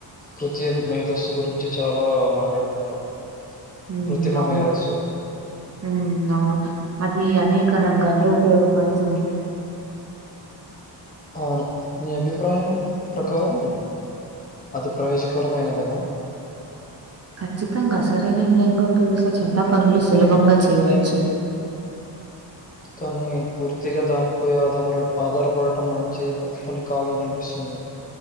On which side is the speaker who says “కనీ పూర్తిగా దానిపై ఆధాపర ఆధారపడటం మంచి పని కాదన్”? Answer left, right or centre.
Left